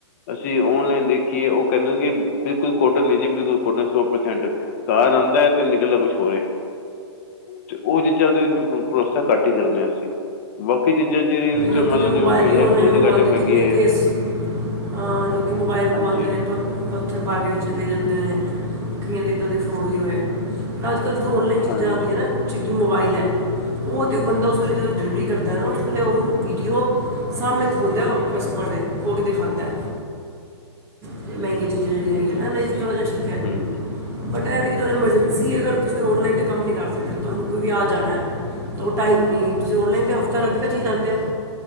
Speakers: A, on the left; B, on the right.
A: ਅਸੀਂ ਔਨਲਾਈਨ ਦੇਖੀਏ, ਉਹ ਕਹਿੰਦੇ ਕਿ ਬਿਲਕੁਲ ਕੁੱਟ ਨਹੀਂ ਜੀ ਬਿਲਕੁਲ ਕੁਟ ਸੌ ਪ੍ਰਸੈਂਟ ਕਾਰ ਆਦਾ ਏ ਤੇ ਨਿਕਲ ਲੱ ਕੁਛ ਹੋਏ ਤੇ ਉਹ ਚੀਜ਼ਾਂ ਦੇ ਭਰੋਸਾ ਘੱਟ ਹੀ ਕਰਨੇ, ਅਸੀਂ ਬਾਕੀ ਚੀਜ਼ਾਂ ਜਿਹੜੀਆਂ ਇਹਦੇ 'ਚੋਂ
B: ਲੋਕੀ
A: ਮੰਨ
B: ਦੇ
A: ਲਓ
B: ਮੋਬਾਈਲ
A: ਜਿਵੇਂ ਕੋਈ
B: ਵੀ
A: ਇਲੈਕਟ੍ਰੋਨਿਕ
B: ਔਨਲਾਈਨ ਮੰਗਵਾਦੇ
A: ਆਈਟਮ ਹੈਗੀ
B: ਕਿੰਨੇ
A: ਹੈ
B: ਕੇਸ ਹਾਂ ਲੋਕੀ ਮੋਬਾਇਲ ਮੰਗਵਾਦੇ
A: ਹਾਂਜੀ
B: ਨੇ ਪੱਥਰ ਪਾ ਕੇ ਵਿੱਚ ਦੇ ਦਿੰਦੇ ਨੇ ਦੇ ਇੱਦਾਂ ਦੇ ਫਰੋਟ ਵੀ ਹੋਏ ਰਾਜ ਅ ਕੱਲ ਜਦੋਂ ਔਨਲਾਈਨ ਚੀਜ਼ਾਂ
A: ਹਾਂਜੀ
B: ਆਦੀਆਂ ਨਾ ਕੁਛ ਜਿਵੇਂ ਮੋਬਾਈਲ ਹੈ ਉਹ ਅਤੇ ਉਹ ਬੰਦਾ ਉਸ ਵੇਲੇ ਜਦੋਂ ਡਿਲੀਵਰੀ ਕਰਦਾ ਨਾ ਉਸ ਵੇਲੇ ਉਹਨੂੰ ਵੀਡੀਓ ਸਾਮ੍ਹਣੇ ਖੋਲ੍ਹਦਾ ਉਹ ਕਸਟਮਰ ਦੇ ਖੋਲ ਕੇ ਦਿਖਾਦਾ ਹੈ ਅਤੇ ਮਹਿੰਗੀਆਂ ਚੀਜ਼ਾਂ ਜਿਹੜੀਆਂ ਹੈਗੀਆਂ
A: ਹੂੰ
B: ਨਾ, ਇਹਨਾਂ ਤਾਂ ਥੋੜ੍ਹਾ ਜਿਹਾ ਠੀਕ ਹੈ
A: ਹੂੰ
B: ਬਟ ਇਹ ਵੀ ਕਿ ਤੁਹਾਨੂੰ ਐਮਰਜੈਂਸੀ ਅਗਰ ਤੁਸੀਂ ਔਨਲਾਈਨ ਤੇ ਕੰਮ ਨੀ ਕਰ ਸਕਦੇ, ਤੁਹਾਨੂੰ ਕੋਈ ਵਿਆਹ ਜਾਣਾ ਹੈ ਤਾਂ ਉਹ ਟਾਈਮ ਨਹੀਂ ਤੁਸੀਂ ਔਨਲਾਈਨ ਤੇ ਹਫ਼ਤਾ ਲੱਗ, ਕੇ ਚੀ ਆਂਦੇ ਹੋ